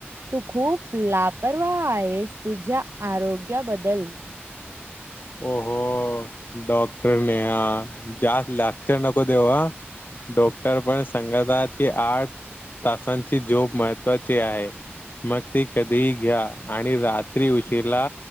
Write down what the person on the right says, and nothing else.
तू खूप लापरवाह आहेस तुझ्या आरोग्या बदल